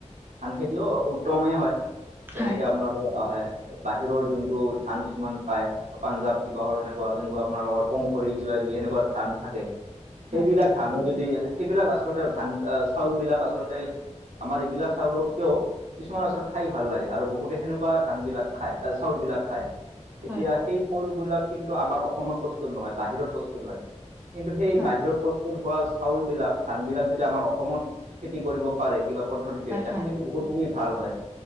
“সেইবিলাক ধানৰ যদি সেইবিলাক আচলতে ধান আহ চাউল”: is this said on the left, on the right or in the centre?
Right